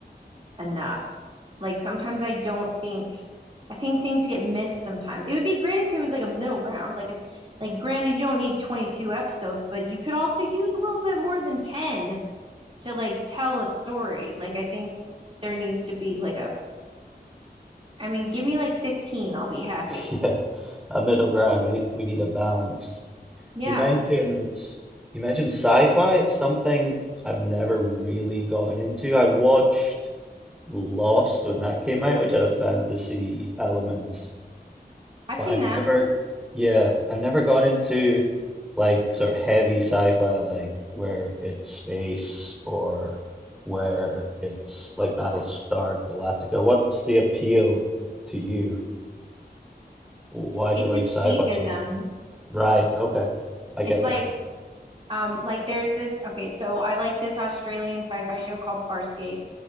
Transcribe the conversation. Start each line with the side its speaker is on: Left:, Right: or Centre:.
Right: enough. Like sometimes I don't think I think things get missed sometimes. It would be great if there was like a middle ground, like an, like granted you don't need 22 episodes, but you could also use a little bit more than 10 to like tell a story. Like I think there needs to be like a I mean, give me like 15, I'll be happy.
Centre: <laughs> yeah. A middle ground. We need, we need a balance.
Right: Yeah.
Centre: You mentioned you mentioned sci-fi. It's something I've never really gotten into. I watched Lost when that came out, which had a fantasy element.
Right: I've
Centre: But
Right: seen
Centre: I've never,
Right: that.
Centre: yeah, I've never gone into like sort of heavy sci-fi, like where it's space or where it's like Battlestar Galactica. What's the appeal to you? Why do
Right: It's
Centre: you like
Right: escapism.
Centre: sci-fi so much? Right, okay. I get
Right: It's like
Centre: that.
Right: Um, like there's this, okay, so I like this Australian sci-fi show called Farscape,